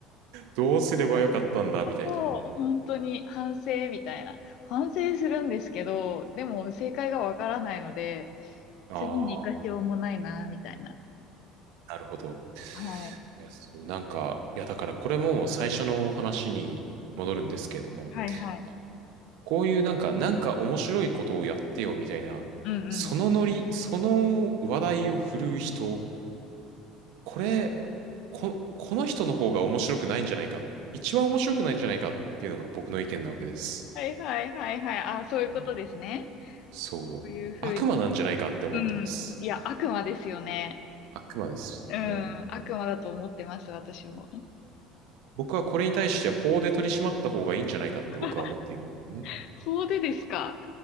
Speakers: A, on the right; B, on the left.
A: どうすればよかったんだ、
B: そう、
A: みたいな。
B: 本当に反省みたいな。反省するんですけど、でも正解がわからないので、
A: あ
B: 次に活かしようもないな、
A: あ。
B: みたいな。
A: なるほど。
B: はい。
A: いや、そう、なんか、いや、だからこれも最初の話に戻るんですけれども、
B: はいはい。
A: あのこういうなんか、なんか面白いことをやってよみたいな、
B: うんうん。
A: そのノリ、その話題を振るう人、これ、こ、この人の方が面白くないんじゃないか、一番面白くないんじゃないかっていうのが僕の意見なわけです。
B: はいはいはいはい。あ、そういうことですね。
A: でも、そう。
B: そういうふうに。
A: 悪魔なんじゃないかって思ってます。
B: うん。いや、悪魔ですよね。
A: 悪魔です。
B: うん。
A: もう、
B: 悪魔だと思ってます、私も。
A: 僕はこれに対して法で取り締まった方がいいんじゃないかって僕は思っている。
B: <laughs>
A: ね
B: 法でですか。